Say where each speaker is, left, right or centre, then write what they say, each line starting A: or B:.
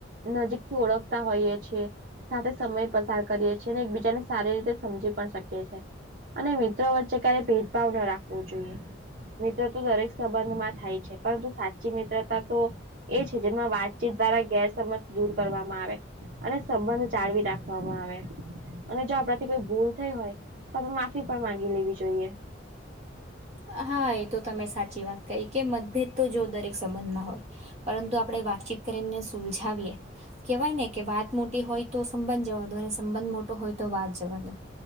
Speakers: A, on the right; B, on the right.
A: નક નજીક થી ઓળખતા હોઈએ છીએ. સાથે સમય પસાર કરીએ છીએ, અને ને એકબીજાને સારી રીતે સમજી પણ શકીએ છીએ. અને મિત્રો વચ્ચે ક્યારેય ભેદભાવ ન રાખવો જોઈએ. મિત્ર તો દરેક સંબંધમાં થાય છે, પરંતુ સાચી મિત્રતા તો એ છે, જેમાં વાતચીત દ્વારા ગેરસમજ દૂર કરવામાં આવે. અને સંબંધ ચળવી રાખવામાં આવે, અને જો આપણાથી કોઈ ભૂલ થઈ હોય તો આપડે માફ પણ માગી લેવી જોઈએ.
B: હા, એ તો તમે સાચી વાત કહી કે, મતભેદ તો જો દરેક સંબંધમાં હોય. પરંતુ આપડે વાતચીત કરીને સુલજાવીએ કેવાય ને કે, વાત મોટી હોય તો સંબંધ જવા દો, અને સંબંધ મોટો હોય તો, વાત જવા દો.